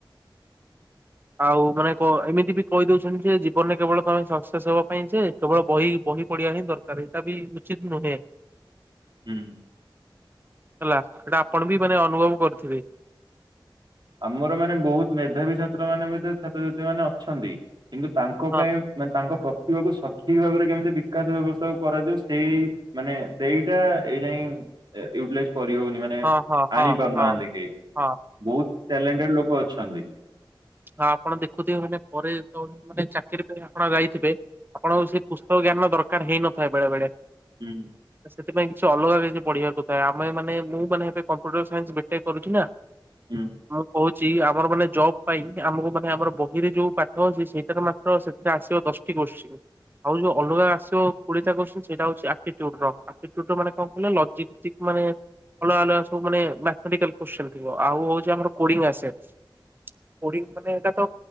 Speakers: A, on the right; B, on the right.
A: <inaudible>
B: ଆଉ ମାନେ ଏମିତି ବି କହି ଦଉଛନ୍ତି, ଯେ ଜୀବନରେ କେବଳ ତମେ ସକ୍ସେସ୍ ହବା ପାଇଁ ଯେ କେବଳ ବହି ବହି ପଡିଆ ହିଁ ଦରକାର ଏଇଟା ବି ଉଚିତ ନୁହେଁ।
A: ହୁଁ।
B: ହେଲା ସେଟା ଆପଣ ବି ମାନେ ଅନୁଭବ କରୁଥିବେ?
A: ଆମର ମାନେ ବହୁତ ମେଧାବୀ ଛାତ୍ର ମାନେ ଛାତ୍ରଛାତ୍ରୀ ମାନେ ଅଛନ୍ତି କିନ୍ତୁ ତାଙ୍କ
B: ହଁ
A: ପାଇଁ ମାନେ ତାଙ୍କ ପ୍ରତିଭକୁ ଠିକ ଭାବରେ କେମିତି ବିକାଶ ବ୍ୟବସ୍ଥା କୁ କରାଯାଉ ସେଇ ମାନେ ସେଇଟା ଏଇ ଯାଇୟ କରି ହଉନି ମାନେ
B: ହଁ ହଁ ହଁ
A: ଆଣି ପାରୁନାହାନ୍ତି,
B: ହଁ
A: କେହି
B: ହଁ
A: ବହୁତ ଟ୍ୟାଲେଣ୍ଟେଡ ଲୋକ ଅଛନ୍ତି।
B: ହଁ ଆପଣ ଦେଖୁଥିବେ, ମାନେ ପରେ ମାନେ ଚାକିରି ଆପଣ ଗାଇଥିବେ ଆପଣଙ୍କୁ ସେ ପୁସ୍ତକ ଜ୍ଞାନ ଦରକାର ହେଇନଥାଏ ବେଳେ ବେଳେ
A: ହୁଁ।
B: ସେଥିପାଇଁ କିଛି ଅଲଗା କିଛି ପଢିବାକୁଥାଏ ଆମେ ମାନେ ମୁଁ ମାନେ ଏବେ କମ୍ପୁଟର ସନ୍ସ ବେଟେ କରୁଛି ନା
A: ହୁଁ
B: ମୁଁ କହୁଛି ଆମର ମାନେ ଜବ ପାଇଁ ଆମକୁ ମାନେ ଆମର ବହିରେ ଯୋଉ ପାଠ ଅଛି, ସେଇଟାର ମାତ୍ର ସେଥିରେ ଆସିବ ଦଶଟି କୋଶ୍ଚିନ୍ ଆଉ ଯୋଉ ଅଲଗା ଆସିବ କୋଡି କ ସେଇଟ ହଉଛି ମାନେ କଣ କହିଲ ମାନେ ଅଲଗଆ ଅଗା ସବୁ ମାନେଟିକାଲ କ ଥିବ ଆଉ ହଉ ଆମର କଡି ମାନେ ଏଇଟା ତ